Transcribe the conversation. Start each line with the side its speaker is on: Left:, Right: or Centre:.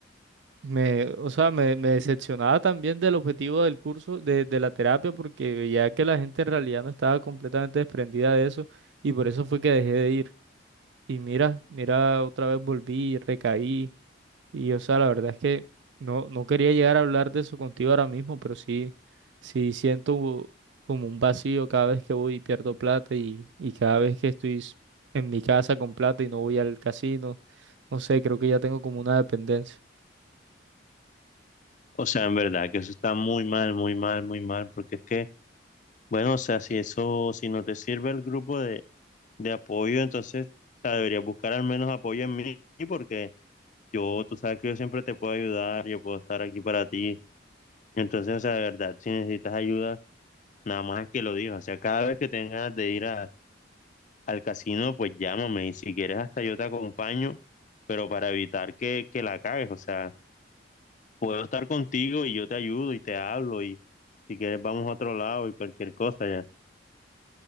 Right: me, o sea, me, me decepcionaba también del objetivo del curso, de, de la terapia, porque veía que la gente en realidad no estaba completamente desprendida de eso, y por eso fue que dejé de ir. Y mira, mira, otra vez volví, recaí. Y o sea, la verdad es que no, no quería llegar a hablar de eso contigo ahora mismo, pero sí, sí siento como un vacío cada vez que voy y pierdo plata y, y cada vez que estoy s- en mi casa con plata y no voy al casino. No sé, creo que ya tengo como una dependencia.
Left: O sea, en verdad, que eso está muy mal, muy mal, muy mal, porque es que, bueno, o sea, si eso, si no te sirve el grupo de, de apoyo, entonces, o sea, deberías buscar al menos apoyo en mí, porque yo, tú sabes que yo siempre te puedo ayudar, yo puedo estar aquí para ti. Entonces, o sea, de verdad, si necesitas ayuda, nada más es que lo digas. O sea, cada vez que tengas de ir a- al casino, pues llámame y si quieres hasta yo te acompaño, pero para evitar que, que la cagues. O sea, puedo estar contigo y yo te ayudo y te hablo y si quieres vamos a otro lado y cualquier cosa ya.